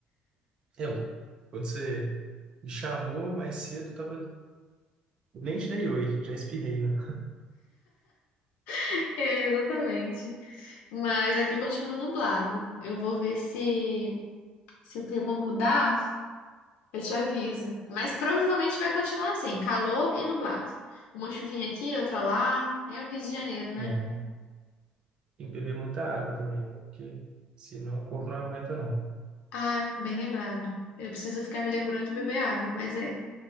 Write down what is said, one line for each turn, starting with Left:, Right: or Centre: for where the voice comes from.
Right: Eu, quando você Me chamou mais cedo, tava. Nem te dei oi, já espirrei, né?
Left: <laughs> É, exatamente. Mas aqui continua nublado. Eu vou ver se se o clima mudar, eu te aviso. Mas provavelmente vai continuar assim, calor e nublado. Uma chuvinha aqui, outra lá. É o Rio de Janeiro, né?
Right: É, Tem que beber muita água também, viu? Porque senão o corpo não aguenta, não.
Left: Ah, bem lembrado. Eu preciso ficar me lembrando de beber água, mas é.